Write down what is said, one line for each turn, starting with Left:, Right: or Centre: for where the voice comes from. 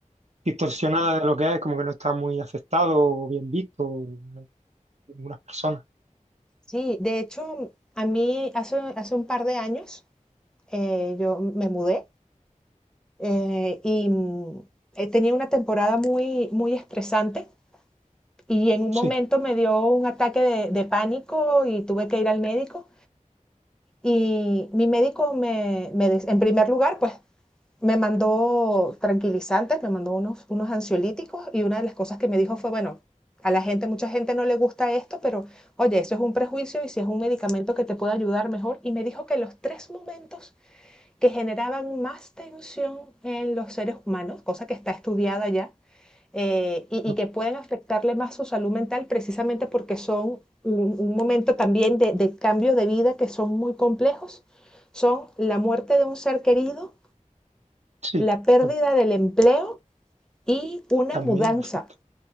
Right: distorsionada de lo que es, como que no está muy aceptado o bien visto en algunas personas.
Centre: sí. De hecho, a mí hace, hace un par de años eh, yo me mudé eh, y mm, eh, tenía una temporada muy, muy estresante y en un
Right: Sí,
Centre: momento me dio un ataque de, de pánico y tuve que ir al médico. Y mi médico me, me des- en primer lugar, pues me mandó tranquilizantes, me mandó unos, unos ansiolíticos y una de las cosas que me dijo fue, bueno, a la gente, mucha gente no le gusta esto, pero oye, eso es un prejuicio y si es un medicamento que te puede ayudar mejor. Y me dijo que los tres momentos que generaban más tensión en los seres humanos, cosa que está estudiada ya, eh, y,
Right: ¿no?
Centre: y que pueden afectarle más su salud mental precisamente porque son un, un momento también de, de cambio de vida que son muy complejos, son la muerte de un ser querido,
Right: sí,
Centre: la pérdida
Right: pero
Centre: del empleo y una
Right: también
Centre: mudanza.
Right: afecta.